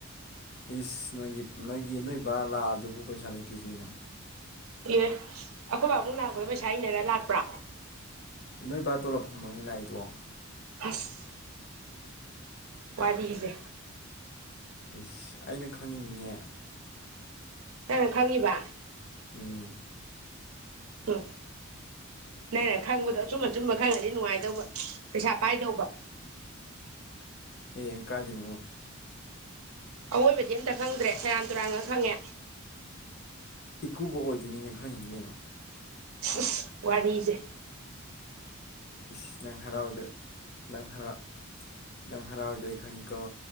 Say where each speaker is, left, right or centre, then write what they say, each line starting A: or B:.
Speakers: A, on the left; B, on the right.
A: ꯏꯁ ꯅꫭꯏꯒꯤ ꯅꫭꯏꯒꯤ ꯅꯣꯏ ꯕꯥ ꯂꯥꯛ ꯑꯗꯨꯕꯨ ꯄꯩꯁꯥ ꯂꯩꯇꯦꯖꯤ ꯀꯩꯅꯣ
B: ꯏ ꯑꯩꯈꯣꯏ ꯕꯥꯕꯨꯡ ꯂꯥꯛꯄꯗꯣ ꯄꯩꯁꯥ ꯏꯟꯅꯔ ꯂꯥꯛꯄ꯭ꯔꯥ
A: ꯅꯣꯏ ꯕꯥ ꯇꯣꯂꯣꯞ ꯐꯪꯕꯒꯅꯦ ꯂꯥꯛꯏꯗꯣ
B: ꯑꯁ ꯋꯥꯔꯤꯖꯦ
A: ꯏꯁ ꯑꯩꯅ ꯈꯪꯉꯤꯅꯤꯅꯦ
B: ꯅꯪꯅ ꯈꯪꯉꯤꯕ
A: ꯎꯝ
B: ꯎꯝ ꯅꯪꯅ ꯈꯪꯕꯗꯣ ꯑꯆꯨꯝ ꯑꯆꯨꯝꯕ ꯈꯪꯉꯗꯤ ꯅꯨꯡꯉꯥꯏꯗꯧꯕ ꯄꯩꯁꯥ ꯄꯥꯏꯗꯧꯕ
A: <inaudible> <unintelligible> ꯍꯌꯦꯡ ꯀꯥꯏꯗꯅꫭ
B: ꯑꯋꯣꯏꯕꯗꯤ ꯑꯝꯇ ꯈꯪꯗ꯭ꯔꯦ ꯁꯦꯔꯥꯟ ꯇꯨꯔꯥꯟꯉꯥꯛ ꯈꯪꯉꯦ
A: ꯏꯀꯨꯕꫭꯛ ꯑꯣꯏꯗꯣꯏꯅꯤꯅ ꯈꯪꯉꯤꯅꯤ ꯀꯩꯅꯣ
B: ꯏꯁ ꯋꯥꯔꯤꯖꯦ
A: ꯏꯁ ꯅꯪ ꯍꯔꯥꯎꯔꯤꯗꯨ ꯅꯪ ꯍꯔꯥꯎ ꯅꯪ ꯍꯔꯥꯎꯔꯤꯗꯨꯑꯩ ꯈꯪꯉꯤꯀꯣ